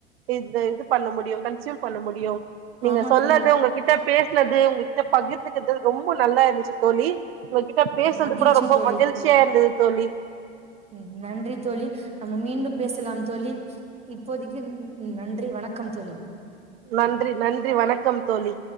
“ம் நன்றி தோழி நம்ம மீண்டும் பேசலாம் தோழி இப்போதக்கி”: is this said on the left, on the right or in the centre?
Right